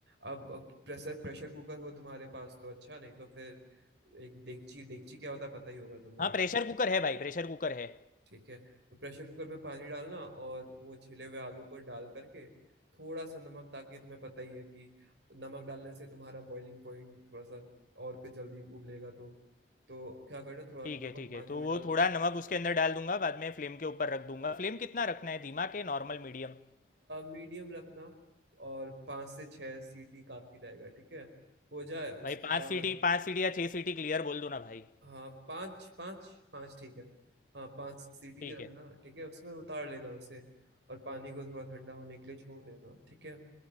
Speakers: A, on the right (about 80°); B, on the left (about 45°).
A: अब अब प्रेशर प्रेशर कुकर हो तुम्हारे पास तो अच्छा नहीं तो फिर एक डेगची डेगची क्या होता है पता ही होगा तुम्हें
B: हाँ, प्रेशर कुकर है भाई, प्रेशर कुकर है।
A: ठीक है तो प्रेशर कुकर में पानी डालना और वो छिले हुए आलू को डाल करके थोड़ा सा नमक ताकि तुम्हें पता ही है कि नमक डालने से तुम्हारा बॉइलिंग पॉइंट थोड़ा सा और कुछ जल्दी उबलेगा तो तो क्या करना थोड़ा
B: ठीक
A: सा
B: है,
A: नमक
B: ठीक
A: पानी
B: है, तो
A: में
B: वो
A: डाल
B: थोड़ा
A: के
B: नमक उसके अंदर डाल दूँगा, बाद में फ्लेम के ऊपर रख दूँगा। फ्लेम कितना रखना है, धीमा के नॉर्मल, मीडियम?
A: मीडियम रखना और पाँच से छह सीटी काफी रहेगा ठीक है हो जाए उसके
B: भाई 5
A: बाद
B: सीटी 5 सीटी या 6 सीटी क्लियर बोल दो ना भाई।
A: हाँ पाँच पाँच पाँच ठीक है हाँ पाँच सीटी
B: ठीक
A: की रखना
B: है,
A: ठीक है उसके बाद उतार लेना उसे और पानी को थोड़ा ठंडा होने के लिए छोड़ देना ठीक है